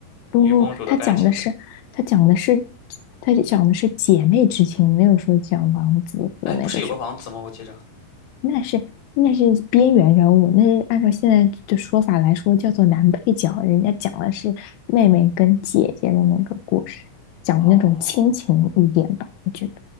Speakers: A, on the left; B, on the left.
A: 不不，
B: 与公主的爱情呗。
A: 他讲的是他讲的是他讲的是姐妹之情，没有说讲王子和那个什
B: 哎，不是有个王子吗？我记着。
A: 么，那是那是边缘人物，那是按照现在的说法来说叫做男配角，人家讲的是妹妹跟姐姐的那个故事，讲那种亲情一点吧，
B: 哦，
A: 我觉得。